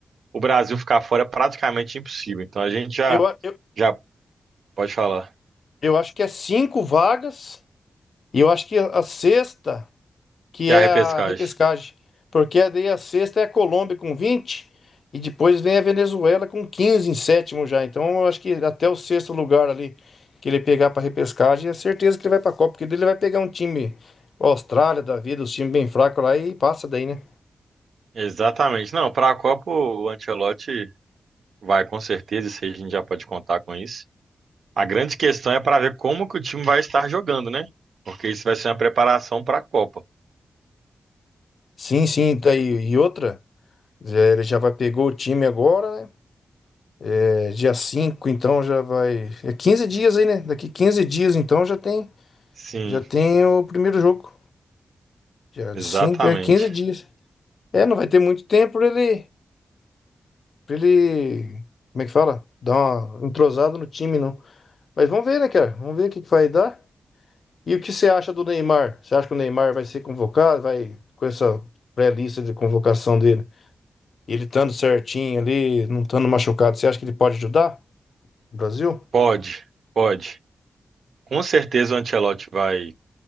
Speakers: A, on the right; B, on the left.
A: o Brasil ficar fora é praticamente impossível. Então a gente já,
B: Eu, a- eu,
A: já pode falar.
B: eu acho que é cinco vagas e eu acho que a a sexta que
A: Que
B: é
A: é a repescagem.
B: a repescagem. Porque daí a sexta é a Colômbia com 20 e depois vem a Venezuela com 15 em sétimo já. Então eu acho que até o sexto lugar ali que ele pegar para repescagem, é certeza que ele vai para a Copa, porque daí ele vai pegar um time Austrália da vida, os times bem fracos lá e passa daí, né?
A: Exatamente. Não, para a Copa o Ancelotti vai com certeza, isso aí a gente já pode contar com isso. A grande questão é para ver como que o time vai estar jogando, né? Porque isso vai ser uma preparação para a Copa.
B: Sim, sim, daí e outra, é, ele já vai pegou o time agora, né? É, dia 5, então já vai. É 15 dias aí, né? Daqui 15 dias então já tem,
A: Sim,
B: já tem o primeiro jogo. Dia
A: exatamente.
B: 5 é 15 dias. É, não vai ter muito tempo pra ele, pra ele, como é que fala? Dar uma entrosada no time, não. Mas vamos ver, né, cara? Vamos ver o que que vai dar. E o que você acha do Neymar? Você acha que o Neymar vai ser convocado? Vai com essa pré-lista de convocação dele? Ele estando certinho ali, não estando machucado, você acha que ele pode ajudar o Brasil?
A: Pode, pode. Com certeza o Ancelotti vai